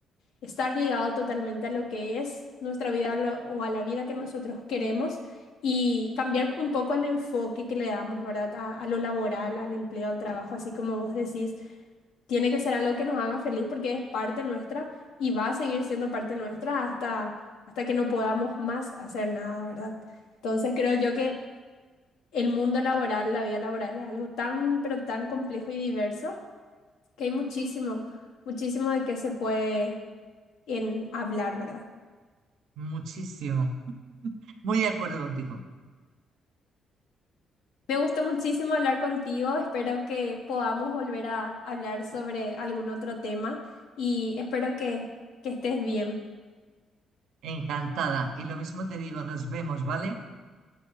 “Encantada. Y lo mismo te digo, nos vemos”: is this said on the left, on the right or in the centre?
Right